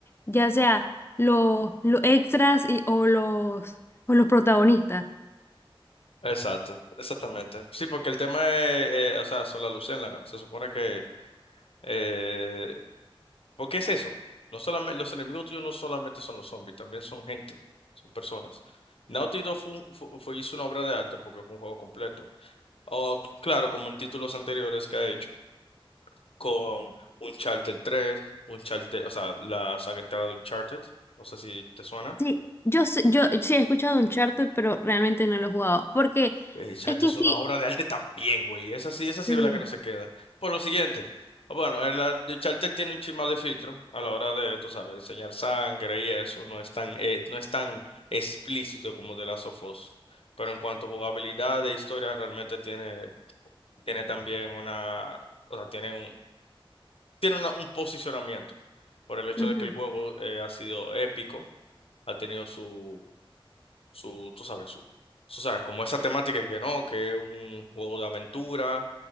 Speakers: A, on the left; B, on the left.
A: ya sea los, los extras y, o los, o los protagonistas.
B: Exacto, exactamente. Sí, porque el tema es, eh, o sea, son las luciérnagas. Se supone que. Eh, ¿por qué es eso? No solamente, los enemigos tuyos no solamente son los zombies, también son gente, son personas. Naughty Dog fue, un- fu- fue- hizo una obra de arte porque fue un juego completo. O, claro, como en títulos anteriores que ha hecho. con Uncharted tres Uncharted, o sea, la saga entera de Uncharted, no sé si te suena.
A: Sí, yo, sé- yo sí he escuchado Uncharted, pero realmente no lo he jugado, porque
B: Eh, Uncharted
A: es que
B: es una
A: sí,
B: obra de arte también, güey, esa sí, esa sí
A: sí,
B: es la que no se queda. Por lo siguiente, bueno, el, ar- Uncharted tiene un chima de filtro a la hora de, tú sabes, enseñar sangre y eso, no es tan, eh, no es tan explícito como The Last of Us. Pero en cuanto a jugabilidad e historia, realmente tiene, tiene también una, o sea, tiene un, tiene una- un posicionamiento por el hecho
A: ujú,
B: de que el juego eh, ha sido épico ha tenido su, su, tú sabes, su, su- o sea, como esa temática que no, que es un juego de aventura,